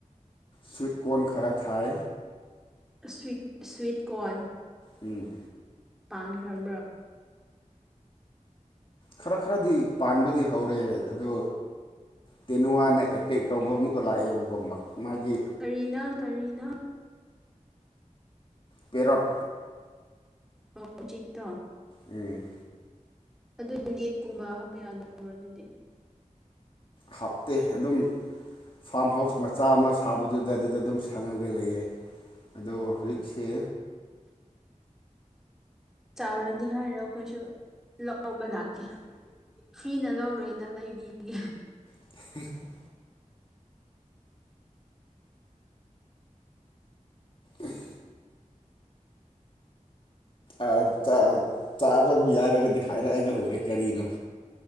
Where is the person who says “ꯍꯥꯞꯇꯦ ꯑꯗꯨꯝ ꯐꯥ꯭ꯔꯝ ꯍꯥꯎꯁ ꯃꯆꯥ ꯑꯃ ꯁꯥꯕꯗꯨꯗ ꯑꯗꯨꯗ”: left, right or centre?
Left